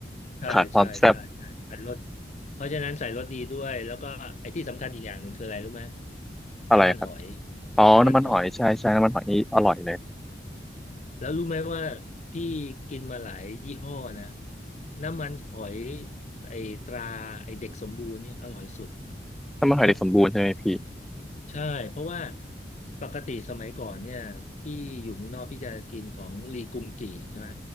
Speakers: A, on the left; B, in the centre.
A: ใช่ใช่ใช่ใช่ใส่รส
B: ขาดความแซ่บ
A: เพราะฉะนั้นใส่รสดีด้วยแล้วก็ไอ้ที่สำคัญอีกอย่างหนึ่งคืออะไรรู้ไหม
B: อะไรครับ
A: น้ำมันหอย
B: อ๋อน้ำมันหอยใช่ใช่น้ำมันหอยนี่อร่อยเลย
A: น้ำมันหอยแล้วรู้ไหมว่าพี่กินมาหลายยี่ห้อนะน้ำมันหอยไอ้ตราไอ้เด็กสมบูรณ์เนี่ยอร่อยสุด
B: น้ำมันหอยเด็กสมบูรณ์ใช่ไหมพี่
A: เมื่อใช่เพราะว่าปกติสมัยก่อนเนี่ยพี่อยู่เมืองนอกพี่จะกินของลีกุมกี่ใช่ไหม